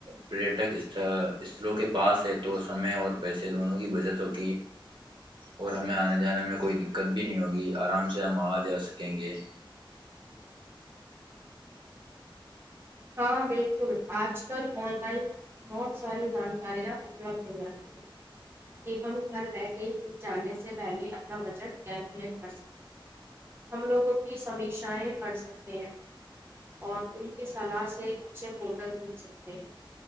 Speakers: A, on the right; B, on the right.
A: پٹک اس استلوں کے پاس ہے تو سمے اور پیسے دونوں کی بچت ہوگی اور ہمیں آنے جانے میں کوئی دقت بھی نہیں ہوگی آرام سے ہم آ جا سکیں گے <unintelligible>
B: ہاں بالکل آج کل آن لائن بہت ساری جانکاریاں اپلبھ ہو جاتی ہیں کہ ہم گھر بیٹھے جانے سے پہلے اپنا بجٹ کیلکولیٹ کر سکتے ہم لوگوں کی سیشایں پڑ سکتے ہیں اور ان کے سلاح سے اچھے ہوٹل کھیل سکتے ہیں